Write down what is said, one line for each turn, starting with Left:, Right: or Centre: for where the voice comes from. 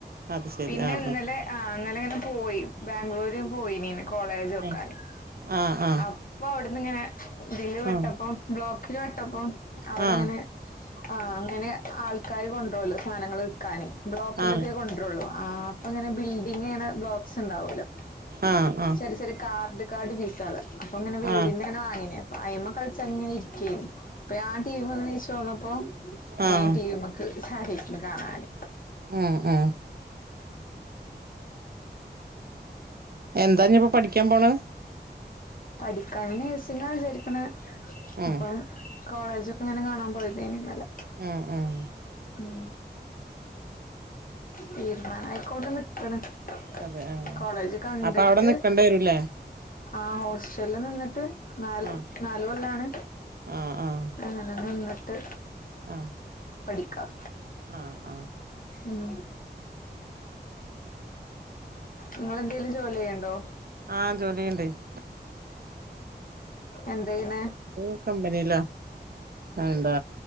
Right: അത് ശരി
Left: പിന്നെ
Right: ആഹ്
Left: ഇന്നലെ ആഹ് അങ്ങനെ ഇങ്ങനെ പോയി ബാംഗ്ലൂര് പോയിനീ കോളേജോക്കാന്
Right: ആഹ് ആഹ് ആഹ്
Left: അപ്പ അവിടുന്നിങ്ങനെ ഇതില് വട്ടപ്പോ
Right: ആഹ്
Left: ബ്ലോക്കിൽ പെട്ടപ്പോ അവിടെ
Right: ആഹ്
Left: ഇങ്ങനെ ആഹ് അങ്ങനെ ആൾക്കാര് കൊണ്ടുപോല്ലോ സാധനങ്ങള് വിക്കാന് ബ്ലോക്കിലൊക്കെ
Right: ആഹ്
Left: കൊണ്ടൊരുള്ളു ആഹ് അപ്പൊ ഇങ്ങനെ ബിൽഡിങ്ങെയ്യണ ബ്ലോക്സ് ഉണ്ടാവോല്ലോ
Right: ആഹ് ആഹ്
Left: പിന്ന ചെറിയ കാർഡ് കാർഡ് പീസളല്ലേ അപ്പൊ ഇങ്ങനെ വീടിന്റെ
Right: ആഹ്
Left: തന്നെ വാങ്ങീനി അയിമ്മേ കളിച്ചങ്ങനെ ഇരിക്കേനി അപ്പ ആഹ് ടീവിമ്മേന്ന് എണീച്ച് വന്നപ്പോ അയ്
Right: ആഹ്
Left: ഞാൻ ടിവിമ്മേക്ക് ചാരി ഇരുന്ന് കാണാന്
Right: ആഹ് ആഹ് എന്താഞ്ഞിപ്പോ പഠിക്കാൻ പോണെ
Left: പഠിക്കാനെഴ്സിങ്ങ വിചാരിക്കണെ
Right: ഉം
Left: അപ്പൊ കോളേജൊക്കെ ഇങ്ങനെ കാണാൻ പോയതേനി ഇന്നലെ
Right: ഉം ഉം
Left: ഉം തീരുമാനം ആയിക്കോണ്ട <unintelligible>
Right: അതെ ആഹ്
Left: കോളേജ് കണ്ടിട്ട്
Right: അപ്പൊ അവിടെ നിക്കണ്ടി വരൂലേ
Left: ആഹ് ഹോസ്റ്റലിൽ നിന്നിട്ട് നാല്
Right: ആഹ്
Left: നാല് കൊല്ലാണ്
Right: ആഹ് ആഹ്
Left: ആഹ് എന്നിട്ട്
Right: ആഹ്
Left: പഠിക്കാം
Right: ആഹ് ആഹ്
Left: ഉം ഇങ്ങളെന്തേലും ജോലി ചെയ്ണ്ടോ
Right: ആഹ് ജോലി ചെയ്ണ്ടെണ്ട്
Left: എന്താ ചെയ്യ്ണെ
Right: അഹ് കമ്പനില്ല. ആഹ് എന്താ